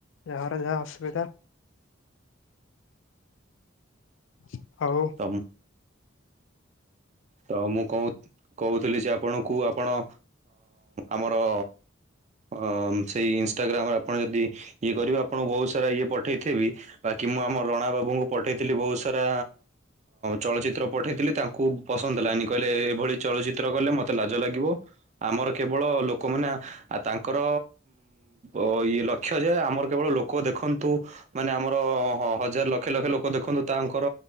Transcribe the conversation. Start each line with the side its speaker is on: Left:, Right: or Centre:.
Left: ଯାହାରହାର ଯାହା ଅସୁବିଧା। <inaudible> ହଉ।
Right: ତ ତ ମୁଁ କହୁ କହୁଥିଲି ଯେ ଆପ୍ ଆପଣଙ୍କୁ ଆପଣ ଆମର ଅ ସେଇ ଇନସଟାଗ୍ରାମରେ ଆପଣ ଯଦି ଇଏ କରିବେ ଆପଣଙ୍କୁ ବହୁତ ସାରା ଇଏ ପଠେଇଥିବି ବାକି ମୁଁ ଆମ ରଣା ବାବୁଙ୍କୁ ପଠେଇଥିଲି ବହୁତ ସାରା ଚଳଚିତ୍ର ହଁ ପଠେଇଥିଲି ତାଙ୍କୁ ପସନ୍ଦ ହେଲାନି କହିଲେ ଏଇଭଳି ଚଳଚିତ୍ର କଲେ ମତେ ଲାଜ ଲାଗିବ ଆମର କେବଳ ଲୋକମାନେ ଆ ତାଙ୍କର ଉ ଇଏ ଲକ୍ଷ୍ୟ ଯେ ଆମର କେବଳ ଲୋକ ଦେଖନ୍ତୁ ମାନେ ଆମର ହଜାର ଲକ୍ଷେ ଲକ୍ଷେ ଲୋକ ଦେଖନ୍ତୁ ତାଙ୍କର